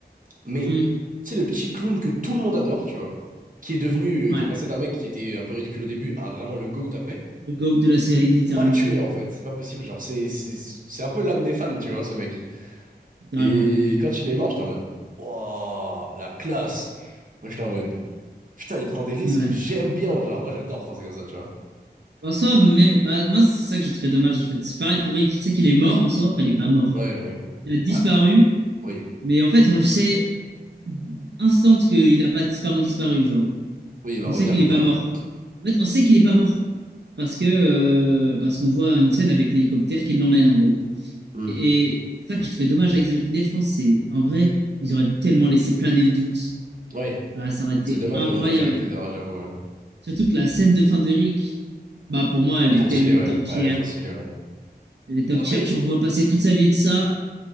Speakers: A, on the right; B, on the right.
A: Mais,
B: Hmm.
A: tu sais, le petit clown que tout le monde adore, tu vois, qui est devenu.
B: Ouais,
A: euh, Qui est passé d'un mec qui était un peu ridicule au début à vraiment le GOAT après.
B: le GOAT de la série, littéralement.
A: peux pas le tuer en fait, c'est pas possible. Genre, c'est c'est c'est un peu l'âme des fans, tu vois, ce mec.
B: Littéralement.
A: Et quand il est mort, j'étais en mode, wow, la classe. Moi, j'étais en mode, putain, il prend des risques,
B: Ouais.
A: j'aime bien, genre, moi j'adore quand c'est comme ça, tu vois.
B: En soi, même, bah, moi, c'est ça que j'ai trouvé dommage, en fait. C'est pareil pour Rick. Tu sais qu'il est mort en soi. Enfin, il est pas mort.
A: Ouais, mais.
B: Il a disparu.
A: Bah, oui,
B: Mais en fait, on le sait instant qu'il a pas disparu, disparu, genre.
A: oui, il va
B: On
A: revenir,
B: sait qu'il
A: quoi,
B: est
A: enfin.
B: pas mort. En fait, on sait qu'il est pas mort. Parce que, euh, parce qu'on voit une scène avec l'hélicoptère qui l'emmène, en gros.
A: hmm.
B: Et ça que je trouvé dommage avec The Walking Dead, je pense, c'est en vrai, ils auraient tellement laissé planer le doute.
A: Oui,
B: Ah, ça aurait été
A: c'est dommage
B: incroyable.
A: de montrer au spectateur, hein, j'avoue, ouais.
B: Surtout que la scène de fin de Rick, bah pour moi,
A: Elle
B: elle
A: est
B: est
A: trop stylée,
B: tellement
A: ouais.
B: top tier.
A: Ah, Elle est trop stylée, ouais.
B: Elle est top
A: Bah,
B: tier,
A: Après,
B: tu revois passer toute sa vie de ça.